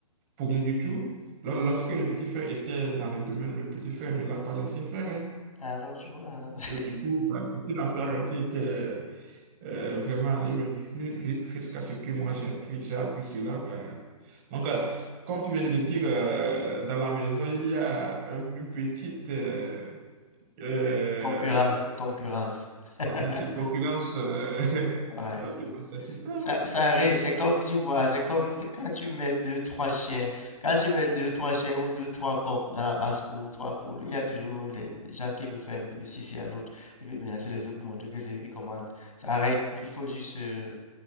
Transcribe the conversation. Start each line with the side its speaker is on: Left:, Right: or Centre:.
Right: pour rien du tout. Lors- Lorsque le petit frère était dans le domaine, le petit frère ne l'a pas laissé faire. hein.
Left: Alors, je vois. hein. <laughs>
Right: Et du coup, bah, c'est une affaire qui était euh, vraiment allée loin ju- ju- jusqu'à ce que moi j'ai pris, j'ai appris cela. bah. Donc, euh, comme tu viens de le dire, euh, dans la maison, il y a un- une petite... euh, euh,
Left: Concurrence, concurrence. <laughs>
Right: Bon, Une petite concurrence. euh, <laughs>
Left: Ouais.
Right: ok, bon, c'est super.
Left: Ça, ça
Right: C'est super.
Left: arrive, c'est comme tu vois, c'est comme c'est quand tu mets deux, trois chiens, quand tu mets deux, trois chiens ou deux, trois coqs dans la basse-cour, trois poules, il y a toujours les les gens qui veulent faire un peu de sissi à l'autre, ils veulent menacer les autres pour montrer que c'est eux qui commandent. Ça arrive, il faut juste euh,